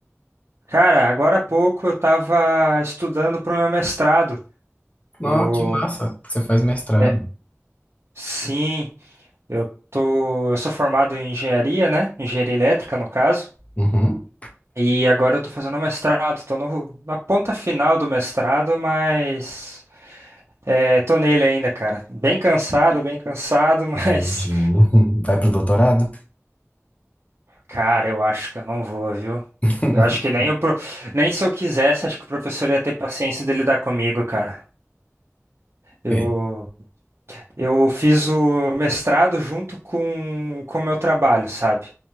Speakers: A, on the right; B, on the left.
A: Cara, agora há pouco eu tava estudando pro meu mestrado.
B: Não,
A: Eu,
B: que massa, você faz mestrado.
A: é, sim, eu tô, eu sou formado em engenharia, né? Engenharia elétrica, no caso.
B: Uhum,
A: E agora eu tô fazendo mestrado. Tô no, na ponta final do mestrado, mas é, tô nele ainda, cara. Bem cansado, bem cansado, <laughs> mas,
B: eu imagino. <laughs> Vai pro doutorado?
A: cara, eu acho que eu não vou, viu?
B: <laughs>
A: Eu acho que nem o pro- nem se eu quisesse, acho que o professor ia ter paciência de lidar comigo, cara. Eu,
B: É.
A: eu fiz o mestrado junto com com o meu trabalho, sabe?